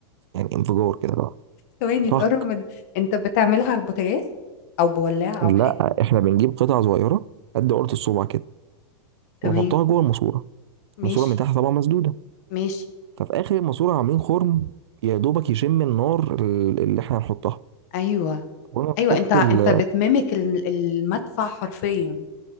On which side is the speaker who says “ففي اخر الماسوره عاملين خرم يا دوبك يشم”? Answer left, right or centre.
Right